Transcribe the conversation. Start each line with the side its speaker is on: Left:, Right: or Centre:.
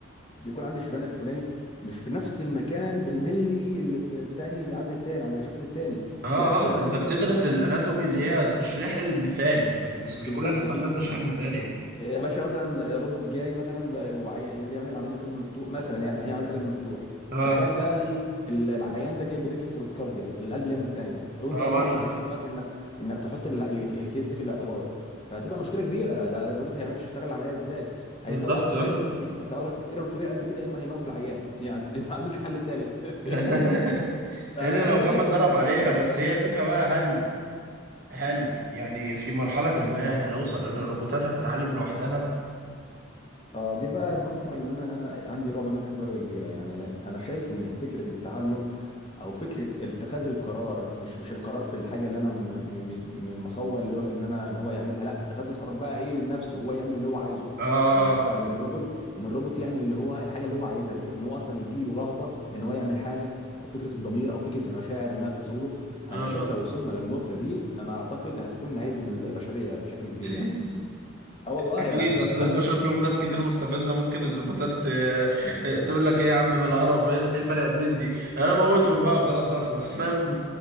Left: بيكون عند الشريان الفلاني مش في نفس المكان بالملي اللي في التاني في عند التاني عند الشخص التاني
Right: اه اه
Left: لا في اناتوميك
Right: اه انت بتدرس
Left: في
Right: الاناتومي
Left: في-
Right: اللي هي التشريح المثالي يعني بس مش
Left: بالظبط
Right: كل الناس
Left: في
Right: عندها التشريح المثالي يعني
Left: يا باشا مثلا روبوت جاي مثلا ب- وعي... اللي يعمل عمليه قلب مفتوح مثلا يعني هي عمليه قلب مفتوح
Right: اه
Left: تخيل بقى ايه ال- العيان ده جاي بديكستروكارديا القلب اليمه الثانيه وانت
Right: اه
Left: اصلا
Right: مثلا
Left: ما جاش في دماغك انك انك تحط ال... ال- الكيس دي في الاعتبار فهتبقى مشكله كبيره لا، الروبوت هيعمل يشتغل العمليه ازاي هيطلع
Right: بالظبط
Left: لك
Right: اه
Left: ايرور كبير هيطلع لك ايرور كبير قد كده يا اما هيموت العيان يعني <laughs> ما عندوش حل ثالث
Right: <laughs>
Left: <laughs> فانا
Right: الا لو
Left: شايف
Right: كان متدرب
Left: انا
Right: عليها بس هي الفكره بقى هل هل يعني في مرحلة ما هنوصل إن الروبوتات هتتعلم لوحدها؟
Left: اه دي بقى النقطة اللي أنا عندي رعب منها بدرجة كبيرة يعني لا- أنا شايف إن فكرة التعلم أو فكرة اتخاذ القرار مش مش القرار في الحاجة اللي أنا م- م- م- مخول له إن أنا إن هو يعملها لا اتخاذ القرار بقى إيه من نفسه هو يعمل اللي هو عايزه
Right: آه
Left: إن الق- إن الروبوت إن الروبوت يعمل اللي هو الحاجة اللي هو عايزها فكرة إن هو أصلا يجي له رغبة إن هو يعمل حاجة أو فكرة الضمير أو فكرة المشاعر إنها توصل له أنا
Right: آه
Left: شايف لو وصلنا للنقطة دي أنا أعتقد هتكون نهاية البشرية بشكل كبير
Right: <laughs>
Left: يعني اه والله
Right: أكيد
Left: يا
Right: أصل
Left: <laughs>
Right: البشر فيهم ناس كتير مستفزة ممكن الروبوتات آه، آه، تقول لك إيه يا عم بلا قرف إيه البني آدمين دي؟ أنا موتهم بقى وخلاص أخلص فاهم؟